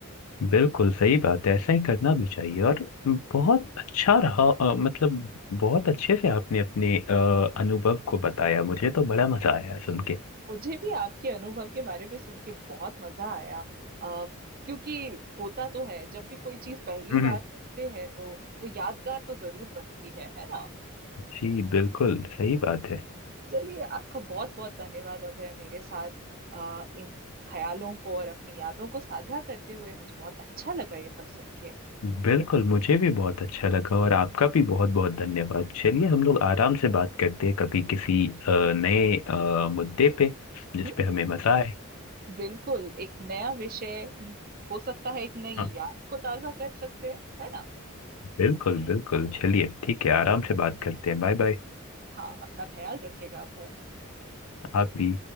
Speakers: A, on the left; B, on the right.
A: बिल्कुल सही बात है ऐसा ही करना भी चाहिए और बहुत अच्छा रहा अ, मतलब बहुत अच्छे से आपने अपने अ, अनुभव को बताया मुझे तो बड़ा मजा आया सुन के
B: मुझे भी आपके अनुभव के बारे में सुन के बहुत मजा आया आ, क्योंकि होता तो है जब भी कोई चीज पहली
A: हम्म
B: बार करते हैं तो वो यादगार तो जरूर बनती है है ना
A: जी बिल्कुल सही बात है
B: चलिए आपका बहुत बहुत धन्यवाद अभय मेरे साथ आ, इन ख्यालों को और अपनी यादों को साझा करते हुए मुझे बहुत अच्छा लगा ये सब सुन के
A: बिल्कुल मुझे भी बहुत अच्छा लगा और आपका भी बहुत बहुत धन्यवाद चलिए हम लोग आराम से बात करते हैं कभी किसी अ, नए अ, मुद्दे पे जिस
B: हम्म,
A: पे हमें मजा आए
B: बिल्कुल एक नया विषय हम्म, हो सकता है एक नई
A: हाँ
B: याद को ताजा कर सकते हैं है ना
A: बिल्कुल बिल्कुल चलिए ठीक है आराम से बात करते हैं Bye bye
B: हाँ अपना ख्याल रखिएगा अभय
A: आप भी